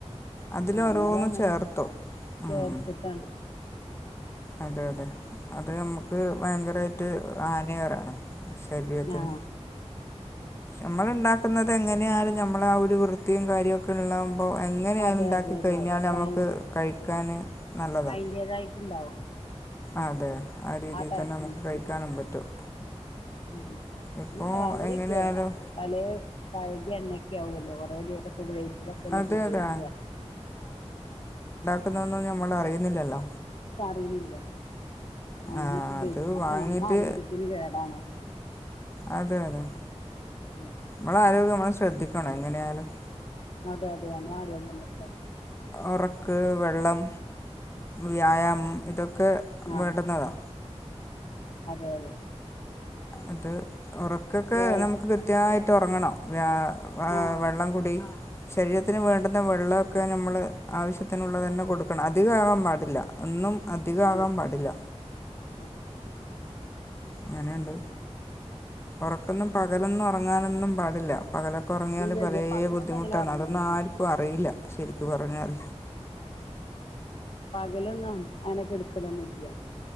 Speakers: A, on the left; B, on the left.
A: അതില്
B: ഞമ്മള
A: ഓരോന്ന്
B: അങ്ങനെ
A: ചേർത്തു ഉം
B: ചേർത്തിട്ടാ
A: അതെ അതെ അത് നമ്മുക്ക് ഭയങ്കരായിട്ട് ആനികരാണ്. ശരീരത്തിന്.
B: ആ
A: നമ്മൾ ഇണ്ടാക്കുന്നത് എങ്ങനെയാലും നമ്മള ആ ഒരു വൃത്തിയും കാര്യഒക്കെ ഉള്ള പ്പോൾ എങ്ങനെയാലും
B: അതെ
A: ഇണ്ടാക്കി
B: അതെ അതെ
A: കഴിഞ്ഞാൽ
B: അപ്പം
A: നമുക്ക്
B: അതിൻ്റെ
A: കഴിക്കാന് നല്ലതാ.
B: അതിൻ്റേതായിട്ടുണ്ടാവും
A: അതെ ആ രീതി
B: ടേസ്റ്റ്
A: തന്നെ നമുക്ക്
B: ഉണ്ട്
A: കഴിക്കാനും
B: ഉം.
A: പറ്റും.
B: ഉം
A: ഇപ്പോൾ
B: ഇല്ല അവര്ക്ക്
A: എങ്ങനെയാലും
B: പലേ പഴകിയ എണ്ണക്കെ ആവല്ലൊ കൊറേ ദിവസം ഉപയോഗിച്ചതൊക്കെ ല്ലേ
A: അതെ
B: ഉപയോഗിക്ക.
A: അതെ ന്നൊന്നും നമ്മള് അറിയുന്നില്ലല്ലോ.
B: അറിണില്ല. അങ്ങനൊക്കെ
A: ആ,
B: ഉപയോഗിക്ക്ണെ
A: അത്
B: ഒക്കെ
A: വാങ്ങിയിട്ട്
B: നമ്മള ആരോഗ്യത്തിന് കേടാണ്.
A: അതെ അതെ.
B: ഉം.
A: നമ്മള ആരോഗ്യം നമ്മളെ ശ്രദ്ധിക്കണം എങ്ങനെയാലും.
B: അ അതെ അതെ നമ്മളെ ആരോഗ്യം നമ്മൾ ശ്രദ്ധിക്കണം.
A: ഉറക്ക്, വെള്ളം, വ്യായാമ് ഇതൊ ക്കെ
B: ആ
A: വേണ്ടുന്നതാ.
B: അതെ അതെ.
A: അത് ഒറക്കൊക്കെ
B: ഏ
A: നമുക്ക് കൃത്യമായിട്ട് ഒ റങ്ങണം. വ്യ
B: ആ
A: വെള്ളംകൂടി ശരീരത്തിന് വേണ്ടുന്ന വെള്ളഒക്കെ ഞമ്മള് ആവശ്യത്തിനുള്ളതന്നെ കൊടുക്കണം അധികാവാൻ പാടില്ല ഒന്നും അധികം
B: ഇത്
A: ആവാൻ പാടില്ല
B: ആ
A: എങ്ങനെ നുണ്ട് ഉറക്കോന്നും പകലോന്നും ഉറങ്ങാന്നും പാടില പകലോക്ക ഉറങ്ങിയാൽ
B: ഇല്ല
A: പലെ
B: ഇല്ല പകലൊന്നും
A: ബുദ്ധിമുട്ടാണ്
B: അങ്ങനെ ഉറങ്ങലില്ല
A: അതോന്നും ആർക്കും അറിയില്ല ശരിക്കുപറഞ്ഞാൽ
B: പകലോന്നും അങ്ങനക്കെടക്കലോന്നും ഇല്ല്യ